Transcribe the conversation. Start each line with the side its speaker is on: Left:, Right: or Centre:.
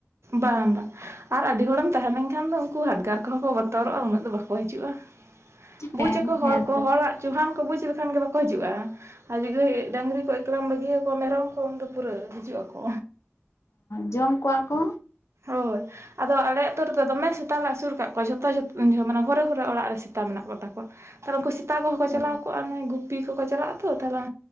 Right: ᱵᱟᱝ ᱵᱟᱝ, ᱟᱨ ᱟᱹᱰᱤ ᱦᱚᱲᱮᱢ ᱛᱟᱦᱮᱸ ᱞᱮᱱᱠᱷᱟᱱ ᱫᱚ ᱩᱱᱠᱩ ᱦᱟᱰᱜᱟᱨ ᱠᱚᱦᱚᱸ ᱠᱚ ᱵᱚᱛᱚᱨᱚᱜᱼᱟ ᱩᱱᱟᱹᱜ ᱫᱚ ᱵᱟᱠᱚ ᱦᱤᱡᱩᱜᱼᱟ᱾ ᱵᱩᱡᱽ
Left: ᱦᱮᱸ
Right: ᱟᱠᱚ ᱦᱚᱲ
Left: ᱦᱮᱸ
Right: ᱠᱚ
Left: ᱛᱚ
Right: ᱦᱚᱲᱟᱜ ᱪᱩᱦᱟᱱ ᱠᱚ ᱵᱩᱡᱽ ᱞᱮᱠᱷᱟᱱ ᱜᱮ ᱵᱟᱠᱚ ᱦᱤᱡᱩᱜᱼᱟ ᱟᱹᱰᱤ ᱜᱷᱟᱨᱤ ᱰᱟᱹᱝᱨᱤ ᱠᱚ ᱮᱠᱞᱟ ᱵᱟᱹᱜᱤᱭᱟᱠᱚᱣᱟ ᱢᱮᱨᱚᱢ ᱠᱚ ᱩᱱᱫᱚ ᱯᱩᱨᱟᱹ ᱦᱤᱡᱩᱜ ᱟᱠᱚ
Left: ᱡᱚᱢ ᱠᱚᱣᱟ ᱠᱚ᱾
Right: ᱦᱳᱭ ᱟᱫᱚ ᱟᱞᱮ ᱟᱹᱛᱩ ᱨᱮᱫᱚ ᱫᱚᱢᱮ ᱥᱮᱛᱟ ᱞᱮ ᱟᱹᱥᱩᱨ ᱠᱟᱜ ᱠᱚᱣᱟ ᱡᱷᱚᱛᱚ ᱡᱚᱛᱚ ᱩᱱ ᱡᱚᱦᱚᱜ ᱢᱮᱷᱚᱨᱮ ᱜᱷᱚᱨᱮ ᱚᱲᱟᱜ ᱥᱮᱛᱟ ᱢᱮᱱᱟᱜ ᱠᱚᱛᱟᱠᱚᱣᱟ ᱛᱟᱦᱚᱞ ᱩᱱᱠᱩ ᱥᱮᱛᱟ ᱠᱚᱦᱚᱸ
Left: ᱚ
Right: ᱪᱟᱞᱟᱣ ᱠᱚᱼᱟ ᱱᱟ ᱜᱩ ᱯᱤ ᱠᱚᱠᱚ ᱪᱟᱞᱟᱜᱼᱟ ᱛᱚ ᱛᱟᱦᱚᱞᱮ